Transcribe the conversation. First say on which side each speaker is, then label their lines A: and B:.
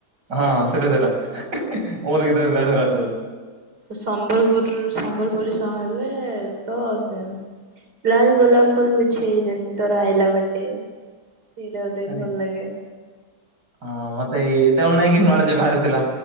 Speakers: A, on the right; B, on the right.
A: ହଁଁ ସେଇଟା ଥିଲା <unintelligible> କଣ ଗୀତ ଥିଲା ସେରା ସବୁ
B: ସମ୍ବଲପୁରରୁ ସମ୍ବଲପୁରୀ ସହ ହେଲେ ତ ସେ ଲାଲ ଗୋଲାପ ଫୁଲ ବିଛେଇ ଦେମି ତୋର ଆଇଲା ବାଟେ ସେଇଟା ଗୋଟେ
A: ଆରେ
B: ଭଲ ଲାଗେ।
A: ହଁ ମତେ ଏଇ <unintelligible> ବାହାରି ଥିଲା